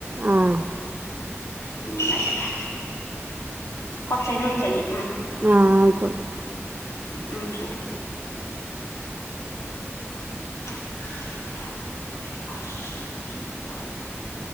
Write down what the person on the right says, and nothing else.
ആഹ്
ആഹ് ആയിക്കോട്ടെ